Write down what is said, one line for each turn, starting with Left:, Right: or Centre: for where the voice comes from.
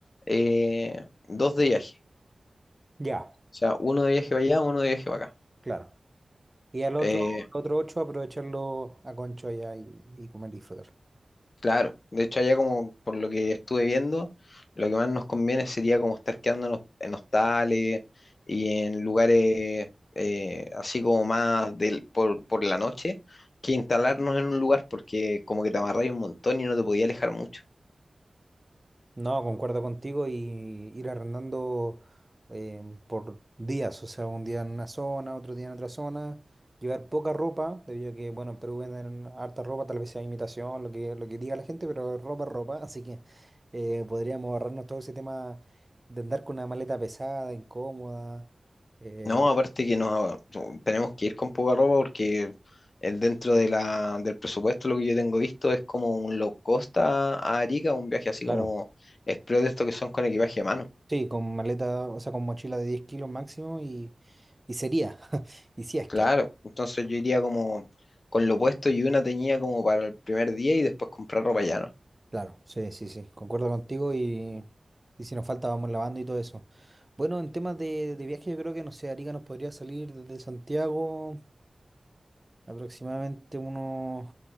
Left: eh, dos de viaje.
Right: Ya,
Left: O sea, uno de viaje para allá, uno de viaje para acá
Right: claro. Y al otro,
Left: Eh,
Right: otro ocho aprovecharlo a Conchoya y, y comer y disfrutar.
Left: Claro, de hecho allá como por lo que estuve viendo, lo que más nos conviene sería como estar quedándonos en hostales y en lugares eh, así como más del, por, por la noche que instalarnos en un lugar porque como que te amarráis un montón y no te podías alejar mucho.
Right: No, concuerdo contigo y ir arrendando eh, por días, o sea, un día en una zona, otro día en otra zona, llevar poca ropa, debido a que, bueno, en Perú venden harta ropa, tal vez sea imitación, lo que, lo que diga la gente, pero ropa es ropa, <laughs> así que eh, podríamos ahorrarnos todo ese tema de andar con una maleta pesada, incómoda, eh,
Left: No, aparte que nos, mm, tenemos que ir con poca ropa porque el, dentro de la, del presupuesto lo que yo tengo visto es como un low cost a a Arica, un viaje así
Right: claro,
Left: como express de estos que son con equipaje a mano.
Right: sí, con maleta, o sea, con mochila de 10 kilos máximo y, y sería, <laughs> y si es
Left: Claro,
Right: que.
Left: entonces yo iría como con lo puesto y una tenía como para el primer día y después comprar ropa llana.
Right: Claro, sí, sí, sí, concuerdo contigo y, y si nos falta vamos lavando y todo eso. Bueno, en temas de, de viaje yo creo que, no sé, Arica nos podría salir desde Santiago aproximadamente unos